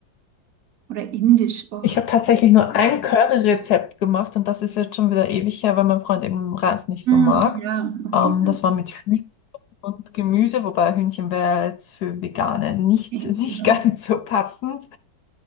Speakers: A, on the right; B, on the left.
A: Oder indisch. Oh.
B: Ich habe tatsächlich nur ein Curry-Rezept gemacht und das ist jetzt schon wieder ewig her, weil mein Freund eben Reis nicht
A: Hm,
B: so mag.
A: ja, okay.
B: Ähm, das war mit Hühnchen und Gemüse, wobei Hühnchen wäre jetzt für Veganer nicht,
A: Hm,
B: nicht <laughs> ganz so passend.